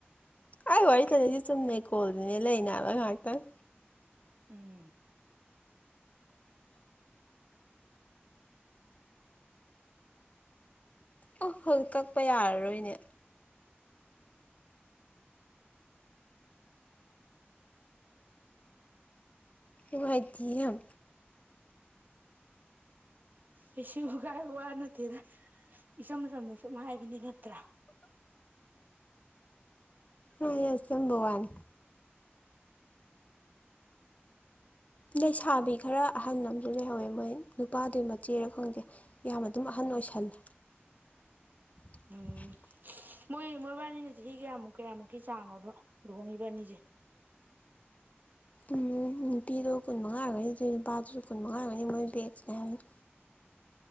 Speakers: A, on the left; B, on the right.
A: ꯑꯩ ꯋꯥꯔꯤ ꯁꯅꯁꯤ ꯆꯨꯝꯅꯩ ꯀꯣꯜꯗꯨꯅꯦ ꯂꯩꯅꯦꯕ ꯉꯥꯏꯍꯥꯛꯇꯪ
B: ꯎꯝ
A: ꯑꯣ ꯍꯣꯏ ꯀꯛꯄ ꯌꯥꯔꯔꯣꯏꯅꯦ ꯋꯥꯋꯥꯥꯏꯇ ꯌꯥꯝ
B: ꯑꯩꯁꯤꯡꯕꯨ ꯀꯥꯏꯕ ꯋꯥ ꯅꯠꯇꯦꯅ ꯏꯆꯝ ꯁꯝꯅ ꯁꯨꯝ ꯍꯥꯏꯕꯅꯤ ꯅꯠꯇ꯭ꯔꯥ
A: ꯑ ꯌꯥꯁꯦꯝꯕ ꯋꯥꯟ ꯂꯩꯁꯥꯕꯤ ꯈꯔ ꯑꯍꯟ ꯑꯃꯁꯨ ꯂꯩꯍꯧꯋꯦ ꯃꯣꯏ ꯅꯨꯄꯥꯗꯨ ꯃꯆꯦꯔ ꯈꯪꯗꯦ ꯌꯥꯝ ꯑꯗꯨꯝ ꯑꯍꯟ ꯑꯣꯏꯁꯜꯂꯦ <unintelligible>
B: ꯎꯝ ꯃꯣꯏ ꯃꯣꯏꯕꯥꯅꯤꯅ ꯆꯍꯤ ꯀꯌꯥꯃꯨꯛ ꯀꯌꯥꯃꯨꯛꯀꯤ ꯆꯥꯡꯅꯕ ꯂꯨꯍꯣꯡꯉꯤꯕ ꯑꯅꯤꯁꯦ
A: ꯎꯝ ꯅꯨꯄꯤꯗꯣ ꯀꯨꯟ ꯃꯉꯥ ꯑꯣꯏꯔꯒꯅꯤ ꯑꯗꯨꯩ ꯅꯨꯄꯥꯗꯨꯁꯨ ꯀꯨꯟ ꯃꯉꯥꯔꯒꯅꯤ ꯃꯣꯏ ꯕꯦꯠꯁꯅꯦ ꯍꯥꯏꯕꯅꯤ